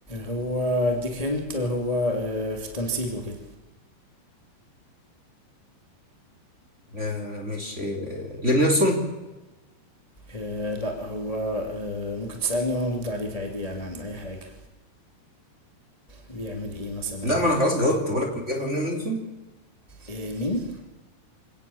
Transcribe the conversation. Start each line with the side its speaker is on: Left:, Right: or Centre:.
Left: هو اديك هنت هو آه في تمثيل وكده
Right: آه مش آه ليم نيلسون
Left: آه لا هو آه ممكن تسألني وأنا أرد عليك عادي يعني عن أي حاجة بيعمل ايه مثلا
Right: لا ما انا خلاص جاوبت بقول لك الإجابة ليم نيلسون
Left: آه مين